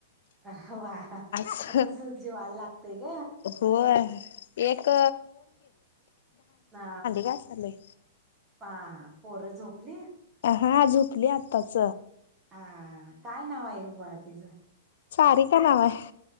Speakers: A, on the right (about 20°); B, on the left (about 70°).
A: अ वा
B: अस
A: म तस जीवाल लाग ते ग
B: होय एक
A: ह
B: बसलोय
A: पां पोरं झोपली?
B: हा झोपली आत्ताच.
A: हा काय नाव आहे ग बाळा तिचं
B: चारीका नाव हाय